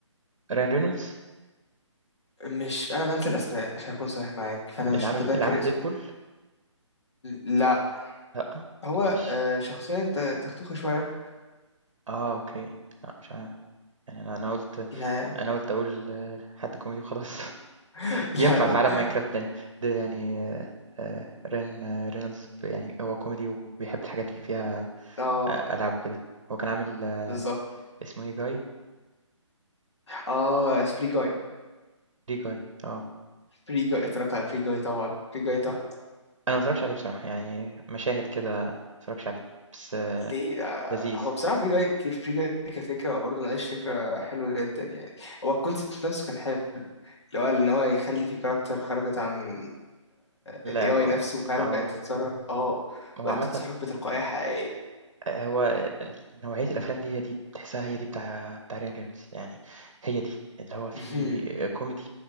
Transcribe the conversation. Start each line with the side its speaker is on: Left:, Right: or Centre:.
Right: ryan reynolds
Left: مش انا بنسى الاسماء عشان اكون صريح معاك فانا
Right: اللي
Left: مش
Right: عامل
Left: متذكر
Right: اللي عامل
Left: اسم
Right: deadpool؟
Left: لا
Right: لأ،
Left: هو
Right: ماشي،
Left: آه، شخصية تختوخة شوية
Right: آه، أوكي، لأ مش ع يعني أنا أنا قُلت
Left: يا-
Right: أنا قُلت أقول آه، حد كوميدي وخلاص <laughs>
Left: <laughs> لا
Right: ينفع
Left: لا
Right: في
Left: لا
Right: عالم ماينكرافت لإن ده يعني آآ رين آه، رينولدز ب يعني هو كوميدي وبيحب الحاجات اللي فيها
Left: اه
Right: أ ألعاب وكده. هو كان عامل آه،
Left: بالظبط
Right: اسمه إيه Guy؟
Left: اه فري جاي
Right: Free Guy آه.
Left: فري جاي اتفرجت على فري جاي طبعا فري جاي تحفه <laughs>
Right: أنا ما اتفرّجتش عليه بصراحة، يعني مشاهد كده ما اتفرّجتش عليه، بس آه،
Left: ليه آه،
Right: لذيذ،
Left: هو بصراحه فري جاي في فري جاي كفكره هو برضه ناقش فكره حلوه جدا يعني هو الكونسيبت نفسه كان حلو اللي هو ان هو يخلي فيه كاركتر خرجت عن
Right: لعبة
Left: الاي اي
Right: و
Left: نفسه وفعلا
Right: آه.
Left: بقت تتصرف اه
Right: هو
Left: بقت
Right: عامةً
Left: تتصرف بتلقائيه حقيقيه
Right: آه، هو ال نوعية الأفلام دي هي دي تحسّها هي دي بتاع بتاع رين رينولدز، يعني هي دي، اللي هو فيه
Left: <laughs>
Right: كوميدي